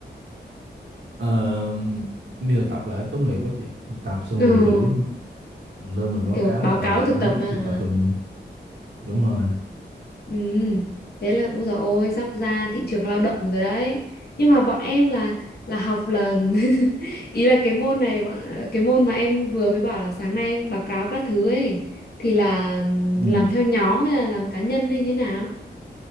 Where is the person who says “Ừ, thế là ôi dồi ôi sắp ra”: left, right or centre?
Left